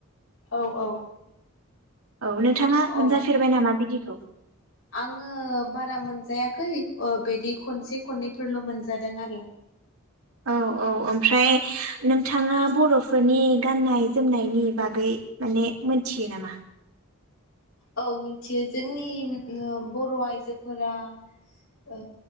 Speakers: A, on the left; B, on the right.
A: औ औ
B: औ नोंथाङा मोनजाफेरबाय
A: अ
B: नामा बिदिखौ
A: आङो बारा मोनजायाखै। खै ओ बिदि खनसे खननैफोरल मोनजादों आरो।
B: औ औ ओमफ्राय नोंथाङा बर'फोरनि गाननाय जोमनायनि बागै माने मोनथियो नामा?
A: औ मिथियो जोंनि बर'आइजोफोरा ओ